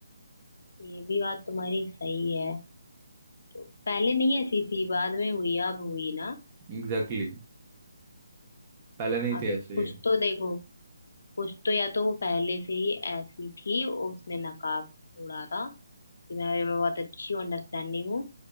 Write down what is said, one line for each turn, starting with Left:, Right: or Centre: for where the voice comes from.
Left: ये भी बात तुम्हारी सही है तो पहले नहीं ऐसी थी बाद में हुई अब हुई ना
Right: Exactly exactly. पहले नहीं
Left: अब
Right: थे ऐसे
Left: कुछ तो देखो कुछ तो या तो वो पहले से ही ऐसी थी उसने नकाब उड़ा था कि मैं मैं बहुत अच्छी हूँ अंडरस्टैंडिंग हूँ